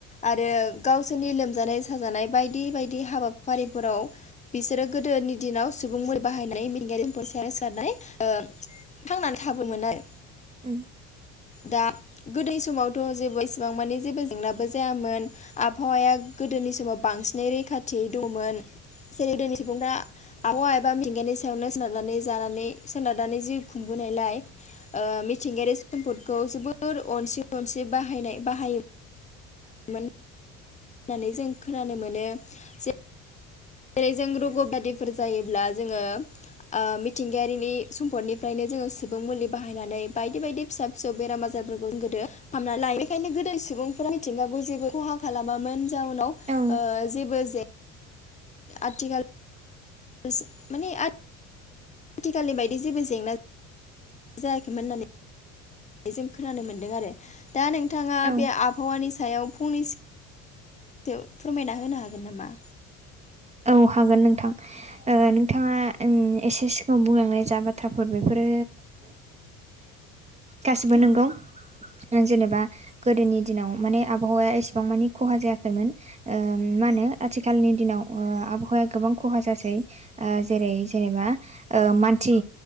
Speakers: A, on the left (about 25°); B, on the right (about 20°).
A: आरो गावसोरनि लोमजानाय साजानाय बायदि बायदि हाबाफारिफोराव बिसोरो गोदोनि दिनाव सुबुंफोर बाहायनानै मिंगायारिफोर सेर सारनाय थांनानै थाबो मोननाय
B: उम
A: दा गोदो समावथ' जेबो इसेबां माने जेबो जेंनाबो जायामोन आबहावाया गोदोनि समाव बांसिनै रैखाथियै दंमोन जेरै दोनि सुबुंफ्रा आबहावा एबा मेंगानि सायावनो सोनारनानै जानानै सोनारनानै जिउ खुंबोनायलाय ओ मिथिंगायारि सम्पदखौ जोबोर अनसि अनसि बाहायनाय बाहाय मोन नानै जों खोनानो मोनो जे रै जों रग' बादिफोर जायोब्ला जोङो ओ मिथिंगायारिनि सम्फदनिफ्रायनो जोङो सुबुं मुलि बाहायनानै बायदि बायदि फिसा फिसौ बेराम आजारफोरखौ जों गोदो फामना लायो बेखायनो गोदो सुबुंफोरा मिथिंगाखौ जेबो खहा खालामामोन जों उनाव ओ
B: औ
A: जेबो जे आथिखाल एसे मानि आ आथिखालनि बायदि जेबो जेंना जायाखैमोन होननानै जों खोनानो मोनदों आरो दा नोंथाङा
B: औ
A: बे आबहावानि सायाव फंनैसो थो फोरमायना होनो हागोन नामा
B: औ हागोन नोंथां ओ नोंथाङा उम एसे सिगाङाव बुंलांनाय जा बाथ्राफोर बेफोरो गासिबो
A: औ
B: नंगौ जेनेबा गोदोनि दिनाव माने आबहावाया एसेबां मानि खहा जायाखैमोन ओ मा होनो आथिखालनि दिनाव ओ आबहावाया गोबां खहा जासै ओ जेरै जेनेबा ओ मान थि